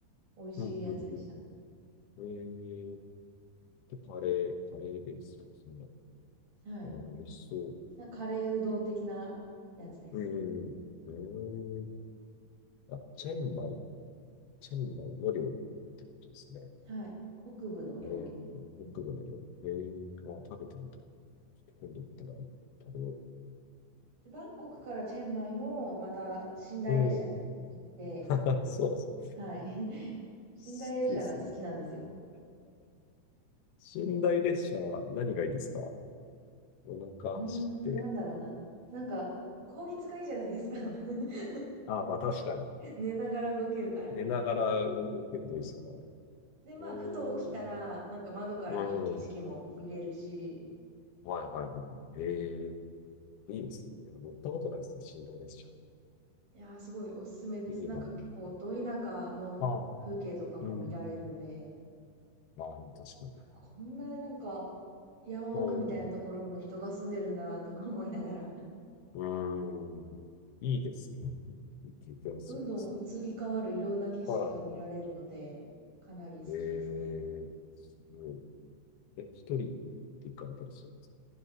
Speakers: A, on the right; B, on the left.
A: 美味しいやつでした。
B: うん、うん、うん。えー、で、カレー、カレーベースだ。そんな。
A: はい。
B: うん、美味しそう。
A: なんかカレーうどん的なやつです。
B: うんうん、うん。えー、あ、チェンマイ、チェンマイの料理ってことですね。
A: はい。北部の料理。
B: えー、
A: うん
B: 北部の料理。えー、あ、食べてみたい。今度行ったら食べよ
A: でバンコクからチェンマイも、また、寝台列車で行って、
B: う。うん。うん <laughs> そうなんですよ。
A: はい。<laughs>
B: 好きですね。
A: 寝台列車が好きなんですよ。
B: <laughs> 寝台列車、何がいいですかお腹走って。
A: うーん、なんだろうな。なんか、効率がいいじゃないですか。<laughs>
B: <laughs> あ、まあ確かに。
A: 寝ながら動けるから。
B: 寝ながら動けるといいですよね。
A: で、まあ、
B: おーん、
A: ふと起きたら、なんか窓からいい景色も見れるし、
B: うん。はいはいはい。ええ、いいですね。乗ったことないですね。寝台列車。
A: いやー、すごいおすすめです。
B: いいなぁ。
A: なんか結構、ど田舎の風景とかも見られるんで、
B: はい。うん。まあ、確かに。
A: こんななんか、山奥みたいなところにも人が住んでるんだとか思いながら
B: はい。うーん。いいですね。経験ですよね、
A: どんどん移り変わるいろんな景色が見られるので、
B: それは。は
A: かなり好きですね。
B: い。ええ、すごい。え、一人って行かれたりするんです